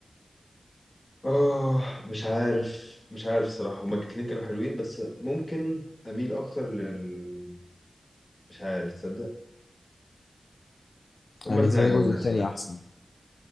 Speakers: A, on the left; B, on the left.
A: اه مش عارف مش عارف الصراحه هما الاتنين كانوا حلوين بس ممكن اميل اكتر لل مش عارف تصدق هما
B: انا بالنسبه
A: الاتنين عجبوني
B: لي الجزء التاني
A: الصراحه
B: احسن